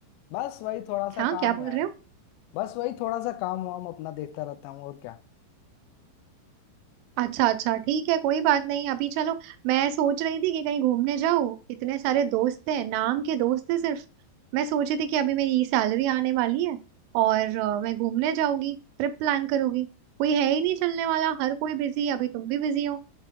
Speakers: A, on the left (about 85°); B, on the right (about 80°).
A: बस वही थोड़ा सा
B: हाँ
A: काम
B: क्या बोल
A: यार
B: रहे हो
A: बस वही थोड़ा सा काम वाम अपना देखता रहता हूँ और क्या
B: अच्छा अच्छा ठीक है कोई बात नहीं अभी चलो मैं सोच रही थी कि कहीं घूमने जाऊँ इतने सारे दोस्त हैं नाम के दोस्त हैं सिर्फ मैं सोची थी कि अभी मेरी सैलरी आने वाली है और अ, मैं घूमने जाऊंगी ट्रिप प्लान करूंगी कोई है ही नहीं चलने वाला हर कोई बिजी है अभी तुम भी बिजी हो